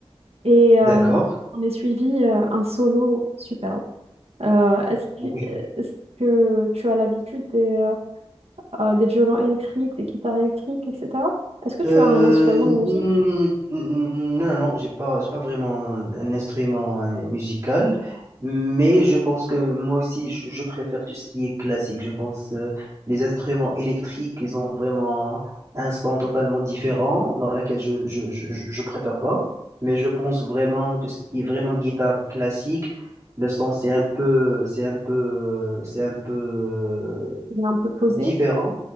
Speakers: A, on the right; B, on the right.
A: et
B: D'accord.
A: euh, on est suivi euh, un solo superbe. Euh, est-ce que,
B: Oui.
A: est-ce que tu as l'habitude des, euh, euh, des violons électriques, des guitares électriques, etc. Est-ce que tu
B: Euh,
A: as un instrument de musique
B: n- n- non, non, non, j'ai pas, j'ai pas vraiment un instrument euh, musical, mais je pense que moi aussi, je, je préfère tout ce qui est classique. Je pense euh, les instruments électriques, ils ont vraiment un son totalement différent dans lequel je, je, je, je je préfère pas. Mais je pense vraiment de ce qui est vraiment guitare classique, le son c'est un peu, c'est un peu, euh, c'est un peu euh,
A: qui est un peu posé?
B: différent.